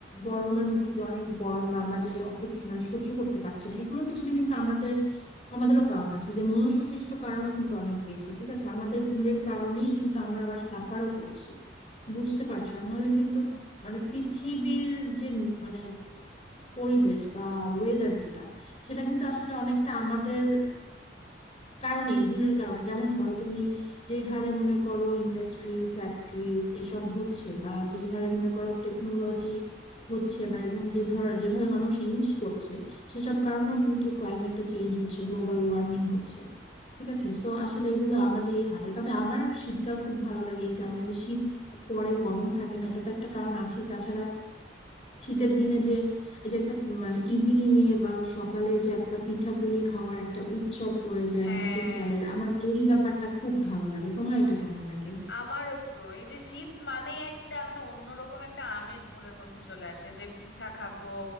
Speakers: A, on the left; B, on the left.
A: গরমের মধ্যে যে অনেক গরম বা আমরা যে অসহ্য মানে সহ্য করতে পারছি না এগুলোর পিছনে কিন্তু আমাদের আমাদেরও কারণ আছে যে মনুষ্য সৃষ্ট কারণও কিন্তু অনেক বেশি ঠিক আছে আমাদের ভুলের কারণেই কিন্তু আমরা আবার সাফারও করছি বুঝতে পারছো আর নাহলে কিন্তু মানে পৃথিবীর যে মানে পরিবেশ বা ওয়েদার যেটা সেটা কিন্তু আসলে অনেকটা আমাদের কারণেই ভুলের কারণে যেমন ধরো তুমি যে হারে মনে করো ইন্ডাস্ট্রি ফ্যাক্টরিজ এসব হচ্ছে বা যে হারে মনে করো টেকনোলজি হচ্ছে বা এবং যে ধর যেভাবে মানুষ ইউজ করছে সেসব কারণেও কিন্তু ক্লাইমেটটা চেঞ্জ হচ্ছে গ্লোবাল ওয়ার্মিং হচ্ছে ঠিক আছে সো আসলে
B: হুম
A: এগুলো আমাদেরই হাতে তবে আমার শীতকাল খুব ভালো লাগে এই কারণে যে শীত পরে গরম থাকে না এটা তো একটা কারণ আছে তাছাড়া শীতের দিনে যে এই যে একটা মানে ইভিনিং এ বা সকালে যে একটা পিঠাপুলি খাওয়ার একটা উৎসব পড়ে যায়
B: হ্যাঁ
A: নতুন চালের আমার এই ব্যাপারটা খুব ভালো লাগে তোমার এটা কেমন লাগে
B: আমারও তো এই যে শীত মানেই একটা মানে অন্যরকম একটা আমেজ মনের মধ্যে চলে আসে যে পিঠা খাবো